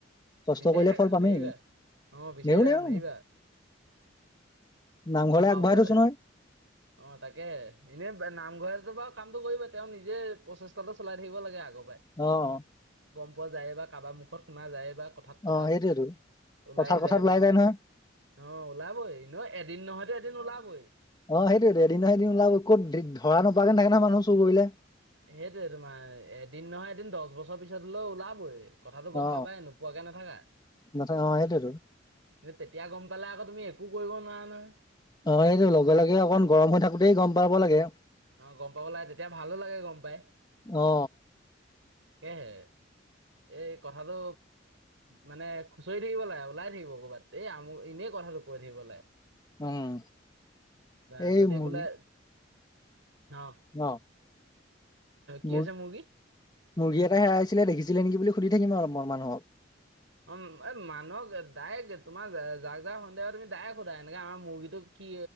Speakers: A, on the left; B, on the right.
A: কষ্ট
B: বিচাৰি
A: কৰিলে
B: থাকা,
A: ফল পামেই
B: নেৰিবা অ' বিচাৰি
A: নেও
B: থাকা
A: নেও
B: নেৰিবা।
A: নামঘৰলৈ
B: আৰু পাবলৈ,
A: আগবঢ়াই থৈছো নহয়
B: অ' তাকেই এনে নামঘৰত। তোমাৰ কামটো কৰিবলৈ তেওঁ নিজে প্ৰচেষ্টাটো চলাই থাকিব লাগে আগত-
A: আহ
B: গম পোৱা যায় বা কাৰোবাৰ মুখত শুনা যায়েই বা। কথাক কথাই
A: অ সেইটোয়েতো
B: ওলাই
A: কথাত কথাত
B: যায় বা কাৰোবাৰ
A: নহয়
B: অ' ওলাবই এনেও এদিন নহয়তো এদিন ওলাবই।
A: অ' সেইটোৱে টো, এদিন সেইদিন ওলাবই, ক'ত ধৰা নাপাৰাকৈ নেৰে নহয় মানুহে চোৰ কৰিলে।
B: সেইটোৱে টো তোমাৰ এদিন নহয় এদিন, দহ বছৰ পিছত হলেও ওলাবই। কথাটো গম
A: অ
B: পাবাই নোপোৱাকে নাথাকা
A: নথ অ সেইটোয়েতো
B: কিন্তু তেতিয়া গম পালে আকৌ তুমি একো কৰিব নোৱাৰা নহয়।
A: অ' এইটোৱে লগে লগে অকন গৰম হৈ থাকোতেই গম পাব লাগে।
B: আহ গম পাব লাগে তেতিয়া ভালো লাগে গম পাই।
A: অ
B: তাকেই। এই কথাটো মানে খুচৰি থাকিব লাগে ওলাই থাকিব ক'ৰবাত, এই আমাৰ এনেই কথাটো কৈ থাকিব লাগে
A: উম
B: বা
A: এই
B: যদি
A: মুৰ্গী
B: বোলে অঁ
A: অ'।
B: কি
A: মুৰ
B: হৈছে মুৰ্গীৰ
A: মুৰ্গী এটা হেৰাইছিলে, দেখিছিলে নেকি? বুলি সুধি থাকিম আৰু অলপমান মানুহক।
B: অ' এ মানুহক ডাইৰেক্ট তোমাৰ যাক - যাক সন্দেহ আছে তুমি ডাইৰেক্ট সোধা, এনেকে আমাৰ মুৰ্গীটোক কি,